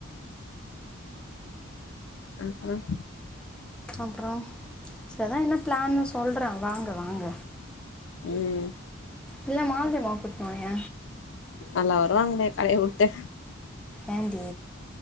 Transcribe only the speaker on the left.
அப்புறம்
ம்
நல்லா வருவாங்களே கடைய உட்டு